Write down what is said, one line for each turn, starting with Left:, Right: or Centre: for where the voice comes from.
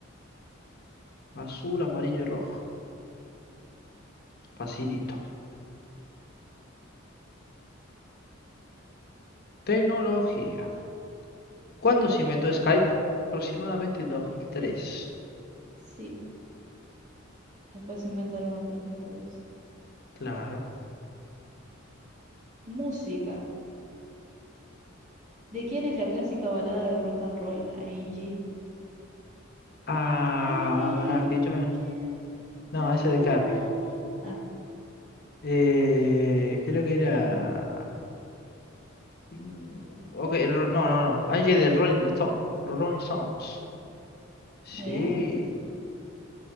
Left: Azul, amarillo y rojo. Facilito. Tecnología. ¿Cuándo se inventó Skype? Aproximadamente en 2003.
Right: Sí, después se inventaron otros métodos.
Left: Claro.
Right: Música. ¿De quién es la clásica balada de rock and roll Angie?
Left: Ah,
Right: Angie.
Left: para que yo me... No,
Right: ta, na,
Left: ese
Right: na,
Left: de Carrie.
Right: na, na, na. Ah,
Left: Eh, creo que era... Mm, Ok, ro- no, no, no. Hay de Rolling Stone. Los Rolling Stones. Sí.
Right: muy bien.